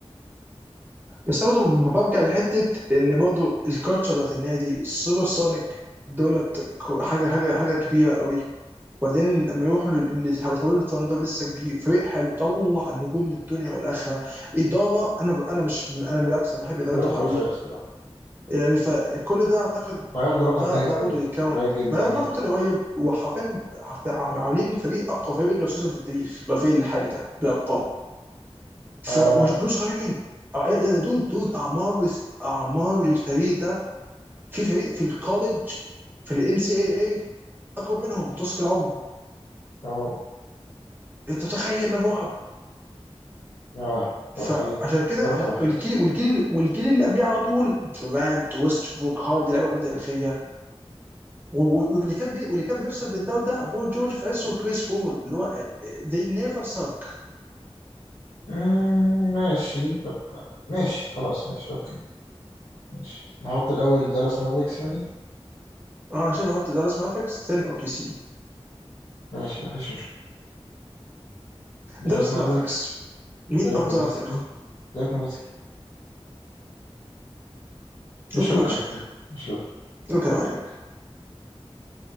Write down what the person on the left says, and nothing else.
ده خرافيه
الصراحه
وهياخدوا لقب
تاني
قريب
قريب جدا
جدا
أه
او
اه خرافيه
الدورة خرافيه
بس
أمم، ماشي طب ماشي خلاص ماشي اوكي ماشي نحط الاول دالاس مافريكس يعني
ماشي مفيش مشكله دالاس
مافريكس
ديريك
نوفيتسكي
ديريك نوفيتسكي مش
لوكا
مش لوكا مش لوكا